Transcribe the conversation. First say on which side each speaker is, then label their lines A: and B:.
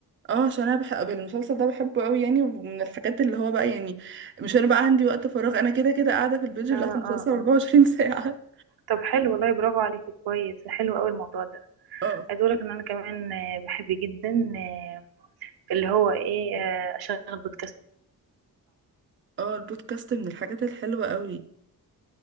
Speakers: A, on the right; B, on the right.
A: اه عشان انا بحب المسلسل ده بحبه قوي يعني ومن الحاجات اللي هو بقى يعني مش انا بقى عندي وقت فراغ انا كده كده قاعدة في البيج بتاعت
B: اه
A: المسلسل
B: اه
A: 24
B: اه
A: <laughs> ساعة
B: طب حلو والله برافو عليكي كويس حلو قوي الموضوع ده
A: اه
B: عايزه اقول لك ان انا كمان آه، بحب جدا آه، اللي هو ايه آه، اشغل بودكاست
A: اه البودكاست من الحاجات الحلوة قوي